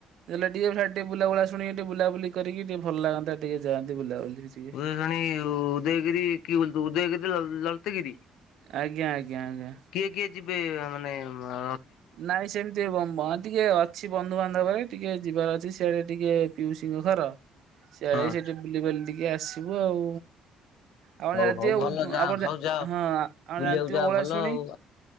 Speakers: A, on the right (about 70°); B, on the left (about 70°).
A: ହେଲେ ଟିକେ ହେର୍ ଟିକେ ବୁଲାଶୁଣି ଟିକେ ବୁଲାବୁଲିି କରିକି ଟିକେ ଭଲ ଲାଗନ୍ତା ଟିକେ ଯାଆନ୍ତି ବୁଲାବୁଲି ଛି।
B: ରାଣି ଉଦୟଗିରି କି ବୁ ଉଦୟଗିରି ଲଳତଗିରି।
A: ଆଜ୍ଞା ଆଜ୍ଞା ଆଜ୍ଞା।
B: କିଏ କିଏ ଯିବେ ମାନେ ଅ
A: ନାଇଁ ସେମିତି ବ ବ ତିକେ ଅ। ଅଛି ବନ୍ଧୁବାନ୍ଧବକି ଟିକେ ଯିବାର ଅଛି ସିଆଡେ ଟିକେ ପିଉସିିଙ୍କ ଘର ସିଆଡେ
B: ହଁ।
A: ସେଠି। ଦିବାଲି ଟିକେ ଆସିବୁ ଆଉ। ଆପଣ
B: ହଉ
A: ଜାଣିଥିବେ
B: ହଉ ଭଲ
A: ଉ-
B: ଯା
A: ଆପଣ
B: ହଉ
A: ଜା-
B: ଯାଅ
A: ହଁ ଆପଣ
B: ବୁଲିବାକୁ
A: ଜାଣିଥିବେ
B: ଯାଅ
A: ଓଳାଶୁଣୀ
B: ଭଲ ଆଉ।